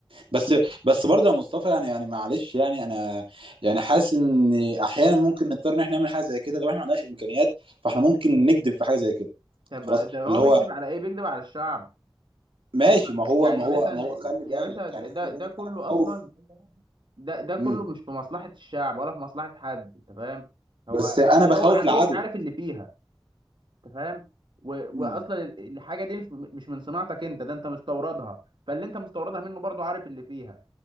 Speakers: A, on the right; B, on the right.
A: بس بس برضه يا مصطفى يعني يعني معلش يعني انا يعني حاسس ان احيانا ممكن نضطر ان احنا نعمل حاجه زي كده لو احنا ما عندناش امكانيات فاحنا ممكن نكذب في حاجه زي كده
B: طب
A: خلاص
B: ده هو
A: اللي هو
B: بيكذب على ايه بيكذب على الشعب
A: ماشي
B: طب
A: ما هو
B: يعني
A: ما
B: مثلا
A: هو ما هو خلي
B: يا
A: بالك
B: باشا ده
A: يعني خلي
B: ده
A: بالك
B: كله
A: انا بخوف
B: اصلا ده ده كله
A: امم
B: مش في مصلحة الشعب ولا في مصلحة حد انت فاهم هو
A: بس انا
B: أصل
A: بخوف
B: هو عدوك
A: العدو
B: عارف اللي فيها انت فاهم و...
A: امم
B: واصلا الحاجة دي مش مش من صناعتك انت ده انت مستوردها فاللي انت مستوردها منه برضو عارف اللي فيها